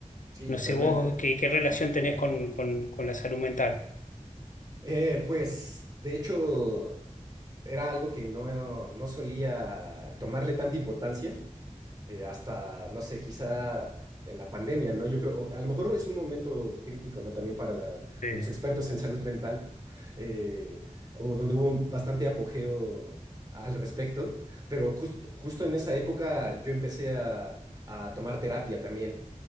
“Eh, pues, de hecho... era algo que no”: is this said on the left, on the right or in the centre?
Right